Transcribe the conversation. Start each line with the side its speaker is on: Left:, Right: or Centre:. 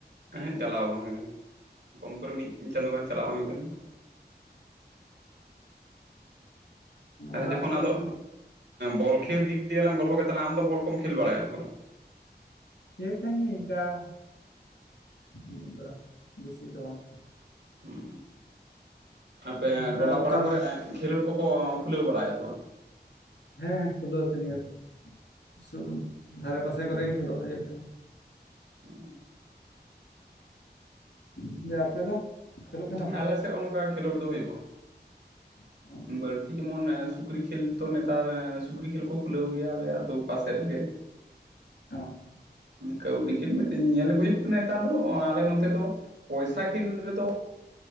Right: ᱮᱸᱦᱮᱸᱜ ᱪᱟᱞᱟᱣ ᱵᱟᱝ ᱦᱩᱭ ᱠᱟᱱᱟ ᱾ᱠᱚᱢ ᱠᱚᱨᱮ ᱢᱤᱫ ᱪᱟᱸᱫᱳ ᱜᱟᱱ ᱪᱟᱞᱟᱜ ᱵᱟᱝ ᱦᱩᱭ ᱠᱟᱱᱟ᱾ ᱟᱪᱪᱷᱟ
Left: ᱚᱲᱟᱜ
Right: ᱡᱚᱠᱷᱚᱱ
Left: ᱠᱷᱚᱱ
Right: ᱟᱫᱚ
Left: ᱛᱤᱱᱟᱹᱜ
Right: ᱵᱚᱞ ᱠᱷᱮᱞ ᱫᱤᱠ ᱫᱤᱭᱮ ᱞᱟᱝ ᱜᱚᱞᱯᱷᱚ ᱠᱮᱫ᱾ ᱛᱟᱦᱟᱞᱮ ᱟᱢ ᱫᱚ ᱵᱚᱞ ᱠᱚᱢ ᱠᱷᱮᱞ ᱵᱟᱲᱟᱭᱟ ᱥᱮ ᱵᱟᱝ?
Left: ᱠᱷᱮᱞ ᱛᱟᱦᱮᱱ ᱜᱤᱭᱟᱹᱧ ᱤᱱᱠᱟ, ᱢᱤᱫ ᱵᱟᱨ ᱵᱮᱥᱤ ᱫᱚ ᱵᱟᱝ᱾
Right: ᱦᱩᱸ ᱟᱯᱮ
Left: ᱱᱚᱝᱠᱟ
Right: ᱴᱚᱞᱟᱯᱟᱲᱟ
Left: ᱞᱳᱠᱟᱞ
Right: ᱠᱚᱨᱮ ᱠᱷᱮᱞᱳᱰ ᱠᱚᱠᱚ ᱠᱷᱩᱞᱟᱹᱣ ᱵᱟᱲᱟᱭ ᱮᱜ-ᱟ ᱥᱮ ᱵᱟᱝ᱾
Left: ᱦᱮᱸ ᱦᱮᱸ ᱠᱷᱩᱞᱟᱹᱣ ᱛᱟᱦᱮ ᱱᱤᱭᱟᱹ ᱠᱚ <inaudible> ᱫᱷᱟᱨᱮ ᱯᱟᱥᱮ ᱠᱚᱨᱮ ᱜᱮ ᱠᱷᱮᱞᱳᱜ ᱦᱳᱭᱳᱜ ᱠᱟᱱᱟ᱾
Right: ᱚᱸ
Left: ᱫᱤᱭᱮ ᱟᱯᱮ ᱫᱚ ᱠᱷᱮᱞᱳᱜ ᱛᱟᱦᱮᱱᱟᱯᱮ?
Right: ᱦᱩᱸ ᱟᱞᱮ ᱥᱮᱫ ᱦᱚᱸ ᱱᱚᱠᱟ ᱠᱷᱮᱞᱳᱰ ᱫᱚ ᱦᱩᱭᱩᱜᱼᱟ᱾
Left: <inaudible>
Right: ᱵᱟᱹᱲᱛᱤ ᱡᱮᱢᱚᱱ ᱥᱩᱠᱨᱤ ᱠᱷᱮᱞ ᱛᱚ ᱱᱮᱛᱟᱨ ᱥᱩᱠᱨᱤ ᱠᱷᱮᱞ ᱠᱚ ᱠᱷᱩᱞᱟᱹᱣ ᱜᱮᱭᱟ ᱟᱞᱮ ᱟᱹᱛᱩ ᱯᱟᱥᱮ ᱨᱮᱜᱮ᱾
Left: ᱚᱸ
Right: ᱠᱟᱹᱣᱰᱤ ᱠᱷᱮᱞ ᱢᱤᱫᱴᱮᱱ ᱧᱮᱞ ᱦᱩᱭᱩᱜ ᱠᱟᱱᱟ᱾ ᱱᱮᱛᱟᱨ ᱫᱚ ᱟᱞᱮ ᱱᱚᱱᱛᱮ ᱫᱚ ᱯᱚᱭᱥᱟ ᱠᱷᱮᱞ ᱨᱮᱫᱚ